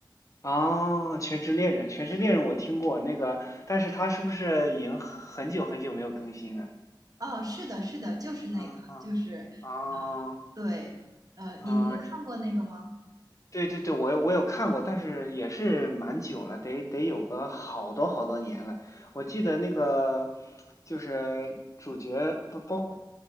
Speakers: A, on the left; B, on the right.
A: 哦，《全职猎人》，《全职猎人》我听过那个，但是它是不是已经很很久很久没有更新了？
B: 哦，是的，是的，就是那个，
A: 啊啊啊
B: 就是对，呃，你有看过那个吗？
A: 啊！对对对，我有我有看过，但是也是蛮久了，得得有个好多好多年了。我记得那个就是主角不包。